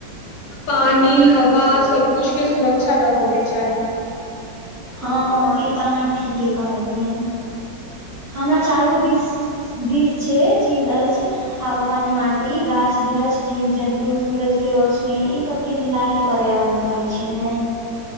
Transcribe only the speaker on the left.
पानि हवा सबकुछ के सुरक्षा रहऽ के चाही